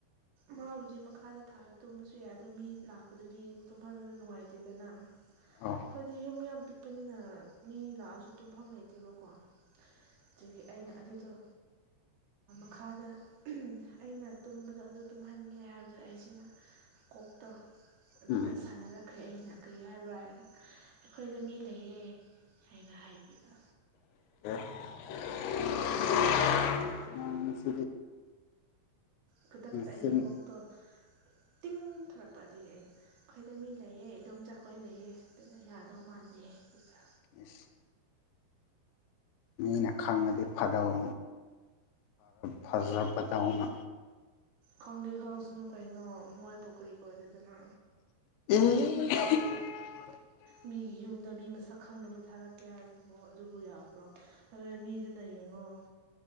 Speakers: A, on the right; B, on the left.
A: ꯃꯥꯕꯨꯗꯤ ꯃꯈꯥꯗ ꯊꯥꯔ ꯇꯨꯝꯕꯁꯨ ꯌꯥꯏ ꯑꯗꯣ ꯃꯤ ꯂꯥꯛ ꯑꯗꯨꯗꯤ ꯇꯨꯝꯐꯝꯟꯕꯗ ꯅꯨꯡꯉꯥꯏꯇꯦꯗꯅ ꯑꯩꯈꯣꯏꯗꯤ
B: ꯑꯧ
A: ꯌꯨꯝ ꯌ ꯄꯛ ꯄꯤꯛꯄꯅꯤꯅ ꯃꯤ ꯂꯥꯛꯑꯁꯨ ꯇꯨꯝꯐꯝ ꯂꯩꯇꯦꯕꯀꯣ ꯑꯗꯨꯒꯤ ꯑꯩꯅ ꯑꯗꯨꯗꯣ ꯃꯈꯥꯗ ꯑꯩꯅ ꯇꯨꯝꯕꯗꯣ ꯑꯗꯨ ꯇꯨꯝꯍꯟꯒꯦ ꯍꯥꯏꯕꯗꯣ ꯑꯩꯁꯤꯅ ꯀꯣꯛꯇꯣ ꯑꯗꯨꯗ
B: ꯎꯝ
A: ꯁꯥꯟꯅꯒ ꯑꯩꯈꯣꯏ ꯑꯩꯅ ꯀꯔꯤ ꯍꯥꯏꯕ꯭ꯔꯥ ꯍꯥꯏꯔꯒ ꯑꯩꯈꯣꯏꯗ ꯃꯤ ꯂꯩꯌꯦ ꯍꯥꯏꯅ ꯍꯥꯏꯕꯤꯕ
B: <unintelligible>
A: ꯈꯨꯗꯛꯇ
B: ꯅꯆꯤꯟ
A: ꯑꯩꯒꯤ ꯀꯣꯛꯇꯣ ꯇꯤꯡ ꯊꯣꯔꯛꯄ ꯑꯗꯨꯒꯤ ꯑꯩꯅ ꯈꯣꯏꯗ ꯃꯤ ꯂꯩꯌꯦ ꯏꯗꯣꯝ ꯆꯥꯈꯣꯏ ꯂꯩꯑꯦ ꯑꯗꯨꯅ ꯌꯥꯗꯧ ꯃꯥꯟꯗꯦ ꯏꯗ
B: ꯏꯁ ꯃꯤꯅ ꯈꯪꯉꯗꯤ ꯐꯗꯧ ꯐꯖꯕꯗꯧꯅ
A: ꯈꯪꯒꯦ ꯈꯪꯁꯅꯨ ꯀꯩꯅꯣ ꯃꯣꯏꯕꯨ ꯀꯨꯔꯤ ꯑꯣꯏꯔꯦꯗꯅ
B: <unintelligible>
A: ꯃꯤꯒꯤ ꯌꯨꯝꯗ ꯃꯤ ꯃꯁꯛ ꯈꯪꯗꯕ ꯊꯥꯔꯛꯀꯦ ꯍꯥꯏꯕꯣ ꯑꯗꯨꯕꯨ ꯌꯥꯕ꯭ꯔꯣ ꯑꯗꯨ ꯃꯤꯗꯨꯅ ꯌꯦꯡꯉꯣ